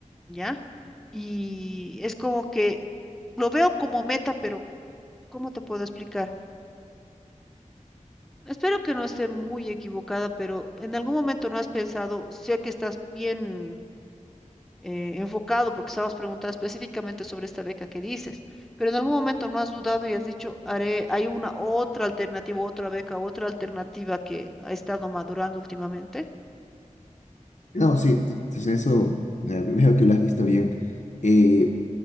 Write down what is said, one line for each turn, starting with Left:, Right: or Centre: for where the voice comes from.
Centre: ¿ya? Y es como que lo veo como meta, pero ¿cómo te puedo explicar? Espero que no esté muy equivocada, pero en algún momento no has pensado, sé que estás bien eh, enfocado, porque estabas preguntando específicamente sobre esta beca que dices, pero en algún momento no has dudado y has dicho, haré, hay una otra alternativa, otra beca, otra alternativa que ha estado madurando últimamente.
Left: No, sí, t- entonces eso eh, veo que lo has visto bien. Eh,